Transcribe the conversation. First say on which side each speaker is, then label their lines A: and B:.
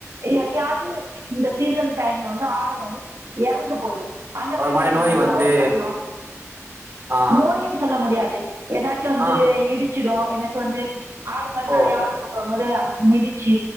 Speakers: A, on the right; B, on the right.
A: எப்பயாச்சு இந்த சீசன் டைம்ல வந்து ஆடு வந்து எறந்து போயிரு அந்த
B: ஒரு
A: மாரி டைம்ல
B: நோய்
A: என்னாவு
B: வந்து
A: எனக்கது லாசு
B: ஆ
A: நோயின் சொல்ல முடியாது எதாச்சு வந்து
B: ஆ ஆ
A: இடு ச்சுடு எதாச்சு வந்து ஆடு மேல
B: ஓ
A: நெறைய ஆடு போட் வரும்போது அ மிதுச்சு